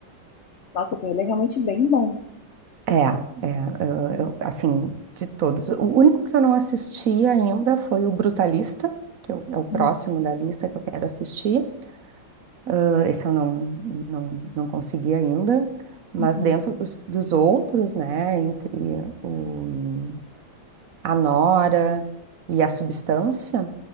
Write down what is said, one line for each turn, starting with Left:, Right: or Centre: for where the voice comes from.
Left: Nossa, então ele é realmente bem bom.
Right: É, é, eu, eu- assim, de todos. O único que eu não assisti ainda foi o Brutalista, que eu- é o próximo
Left: Uhum,
Right: da lista que eu quero assistir. Ah, Esse eu não, não, não consegui ainda, mas
Left: uhum.
Right: dentro dos, dos outros, né, entre o, a Nora e a Substância,